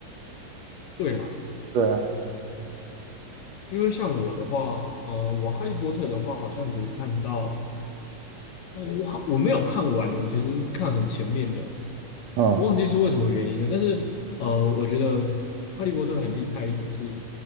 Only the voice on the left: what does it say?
对啦，
因为像我的话，呃，我哈利波特的话，好像只看到，呃，我好我没有看完的，我其实是看很前面的，
我忘记是为什么原因了，但是呃，我觉得哈利波特很厉害一点是